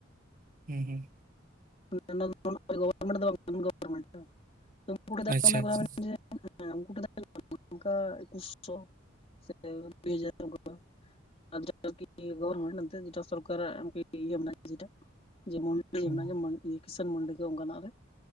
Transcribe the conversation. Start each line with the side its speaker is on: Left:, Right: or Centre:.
Right: ᱦᱩᱸ ᱦᱩᱸ ᱾
Left: <inaudible> ᱜᱚᱵᱷᱟᱨᱢᱮᱱᱴ ᱫᱚ ᱵᱟᱝ ᱠᱟᱱᱟ
Right: ᱟᱪᱪᱷᱟ ᱟᱪᱪᱷᱟ
Left: <unintelligible> <inaudible> ᱚᱱᱠᱟ <inaudible> <unintelligible> ᱟᱨ ᱡᱟᱦᱟᱸ ᱟᱨᱠᱤ ᱜᱚᱵᱟᱨᱢᱮᱱᱴ ᱡᱮᱴᱟ ᱥᱚᱨᱠᱟᱨᱟᱜ ᱟᱨ ᱠᱤ ᱤᱭᱟᱹᱢᱮᱱᱟᱜ-ᱟ ᱡᱮᱴᱟ ᱡᱮᱢᱚᱱ
Right: ᱦᱩᱸ
Left: <inaudible> ᱠᱤᱥᱟᱱ ᱢᱟᱱᱰᱤ ᱠᱚ ᱚᱱᱠᱟᱱᱟᱜ ᱨᱮ